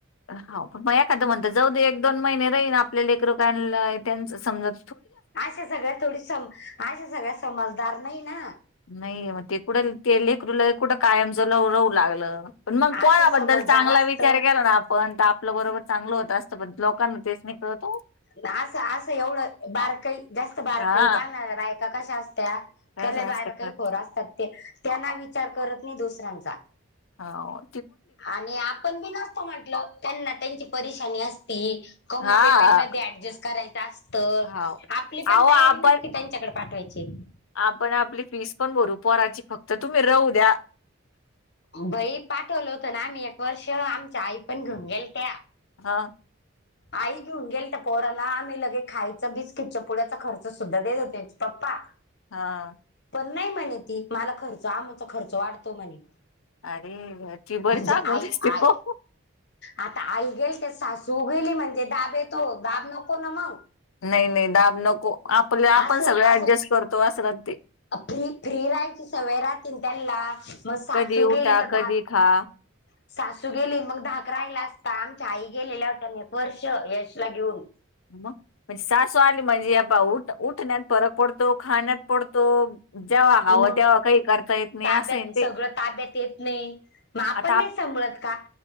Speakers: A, on the left; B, on the left.
A: होव. पण मग एखादं म्हणत जाऊदे, एक दोन महिने रहीन आपल्या लेकर काय त्यांच समजत.
B: अशा सगळ्या थोडी सं, अशा सगळ्या समजदार नाही ना.
A: नाही मग ते कुठं ते लेकरूल कुठं, कायम झालं रहू लागलं. पण मग कोणाबद्दल
B: असं समजदार
A: चांगला
B: असत
A: विचार केला, ना आपण आपलं बरोबर चांगलं होत असतं, पण लोकांना तेच नाही कळत‌ हो.
B: ना असं असं एवढं बारकाई जास्त, बारकाई
A: हा
B: पान आहे का कशा बायक्या कशा असत्या.
A: कसे
B: त्याला
A: असते
B: बाहेर
A: का
B: काही खोर असतात, ते त्यांना विचार करत नाही दुसऱ्यांचा.
A: हा.
B: आणि आपण बी नसत म्हटल त्यांना त्यांची परेशानी असती. कमी
A: हा
B: पेमेंटमध्ये. डजस्ट करायच असत
A: हाव
B: आपली पण
A: अहो
B: तयारी
A: आपण
B: नसती त्यांच्याकडे पाठवायची.
A: आपण आपली फीस पण भरू पराची फक्त तुम्ही राहू द्या.
B: बई पाठवलं होतं ना आम्ही एक वर्ष आमच्या आई पण घेऊन गेल त्या.
A: हा.
B: आई घेऊन गेल तर पोराला आम्ही लगे खायचं बिस्किट च पुड्याचा खर्च सुद्धा देत होतेच पप्पा.
A: हा.
B: पण नाही म्हणे ती मला खर्च आमचा खर्च वाढतो म्हणे
A: अरे ती बरी
B: म्हणजे
A: चांग होतेसते
B: आई आई
A: ख
B: आता आई गेल ते सासू गेली म्हणजे दाब येतो दाब नको ना मग.
A: नाही नाही दाब नको आपल्या आपण
B: असं
A: सगळ
B: असं
A: ऍडजस्ट करतो असरात ते
B: फ्री फ्री राहायची सवय राात्री त्याला मग सासू
A: कधी उठा
B: गेली तर
A: कधी
B: धाक.
A: खा
B: सासू गेली मग धाक राहिला असता आमच्या आई गेलेल्या होत एक वर्ष यशला घेऊन.
A: मग म्हणजे सासू आली म्हणजे आप उठ उठण्यात फरक पडतो खाण्यात पडतो. जेव्हा हवं
B: मग
A: तेव्हा काही करता येत नाही
B: ताब्यात
A: असय ते.
B: सगळं ताब्यात येत नाही मग आपण
A: आता
B: नाही
A: आप
B: सांभळत का.